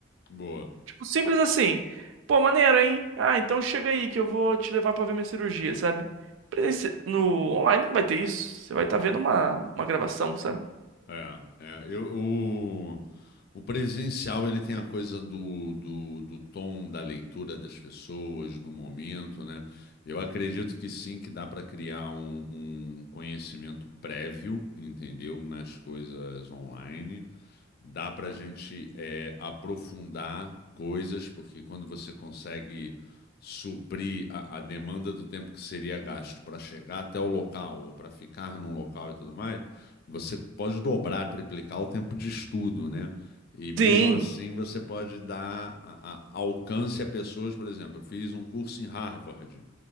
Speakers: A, on the left; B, on the right.
A: boa.
B: Tipo, simples assim. Pô, maneiro, hein? Ah, então chega aí que eu vou te levar pra ver minha cirurgia, sabe? Presenci- No online não vai ter isso. Você vai estar vendo uma, uma gravação, sabe?
A: É, é, eu, o, o presencial ele tem a coisa do, do, do tom, da leitura das pessoas, do momento, né? Eu acredito que sim, que dá para criar um, um conhecimento prévio, entendeu? Nas coisas online dá para a gente é, aprofundar coisas, porque quando você consegue suprir a, a demanda do tempo que seria gasto para chegar até o local ou para ficar num local e tudo mais, você pode dobrar, triplicar o tempo de estudo, né? E mesmo
B: Sim,
A: assim você pode dar a- a- alcance a pessoas, por exemplo, eu fiz um curso em Harvard